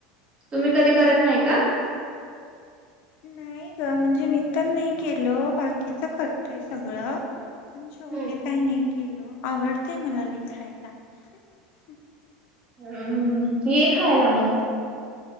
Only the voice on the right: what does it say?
तुम्ही कधी करत नाही का?
हम्म
हम्मम ये खायला मग